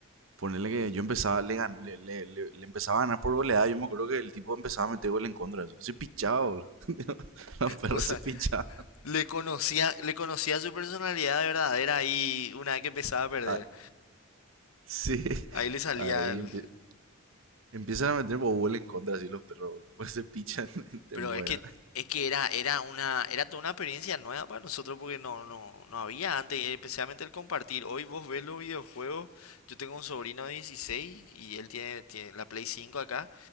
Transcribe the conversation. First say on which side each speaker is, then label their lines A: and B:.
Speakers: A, on the right; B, on the left.
A: ponerle que yo empezaba, le, gan- le, le- le- le empezaba a ganar por goleada. Yo me acuerdo que el tipo empezaba a meter gol en contra de eso. Se pichaba, boludo. <laughs> Los perros
B: O sea,
A: se pichaban.
B: le conocía, le conocía su personalidad de verdadera ahí una vez que empezaba a perder.
A: Ah, sí.
B: Ahí le salía
A: Ahí
B: el,
A: empie- Empiezan a meter Bobol en contra así los perros, <laughs> boludo. Pues se pichan, <laughs> te
B: Pero
A: muera.
B: es que es que era, era una, era toda una experiencia nueva para nosotros porque no, no, no había antes, y especialmente el compartir. Hoy vos ves los videojuegos, yo tengo un sobrino de 16 y él tiene, tiene la Play cinco acá.